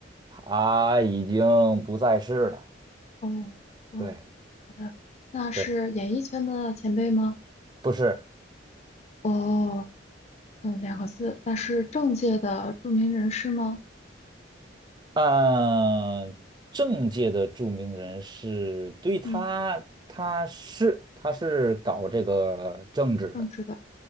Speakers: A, on the right; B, on the left.
A: 他已经不在世了。
B: 哦哦，
A: 对
B: 好的，那是演艺圈的前辈吗？
A: 对，不是，
B: 哦，嗯，两个字，那是政界的著名人士吗？
A: 嗯，政界的著名人士，对他，
B: 嗯。
A: 他是他是搞这个政治的，
B: 政治的。